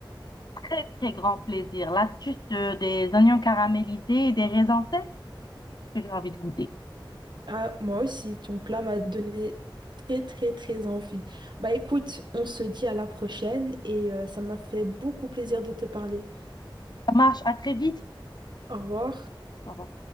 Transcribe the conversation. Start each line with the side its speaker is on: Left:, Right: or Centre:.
Left: Très, très grand plaisir. L'astuce euh, des oignons caramélisés et des raisins secs que j'ai envie de goûter.
Right: Ah, moi aussi, ton plat m'a donné très très très envie. Bah écoute, on se dit à la prochaine et euh, ça m'a fait beaucoup plaisir de te parler.
Left: Ça marche, à très vite.
Right: Au revoir.
Left: Au revoir.